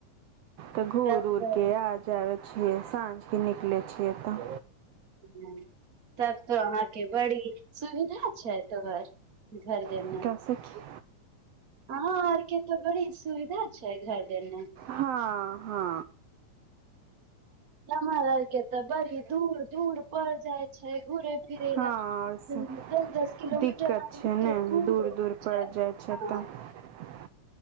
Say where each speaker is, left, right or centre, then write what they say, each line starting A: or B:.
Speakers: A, on the right (about 80°); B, on the right (about 35°).
A: तऽ घूर
B: तब
A: उऊर
B: तऽ
A: के आ जाब छियै साँझके निकलै छियै तऽ
B: ह तब तऽ अहाँके बड़ी सुविधा छै तोहर घर देने
A: एकरा सखी
B: आहाँ आरके तऽ बड़ी सुविधा छै घर देमे
A: हँ हँ
B: हमर आर के तऽ बड़ी दूर दूर पर जाय छै घुरे फिर
A: हँ आओर सब
B: दस दस किलोमीटर
A: दिक्कत छै ने
B: दूर
A: पड़
B: छै
A: जाइ छै
B: ह <inaudible>
A: <inaudible>